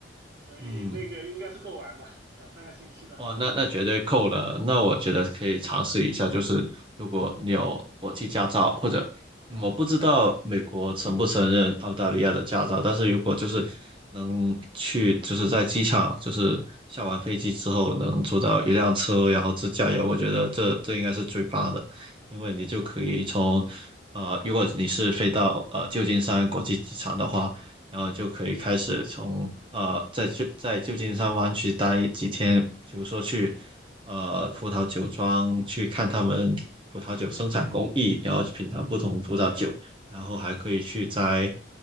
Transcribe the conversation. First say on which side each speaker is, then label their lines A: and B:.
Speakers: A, on the right; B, on the right.
A: 所以那个应该是够玩吧，
B: 嗯。
A: 两三个星期的话。
B: 哦，那那绝对够了。那我觉得可以尝试一下，就是如果你有国际驾照，或者嗯我不知道美国承不承认澳大利亚的驾照，但是如果就是能去，就是在机场，就是下完飞机之后能租到一辆车，然后自驾游，我觉得这这应该是最棒的，因为你就可以从呃，如果你是飞到呃旧金山国际机场的话，然后就可以开始从呃在旧在旧金山湾区待几天，比如说去呃葡萄酒庄去看他们葡萄酒生产工艺，然后品尝不同葡萄酒，然后还可以去摘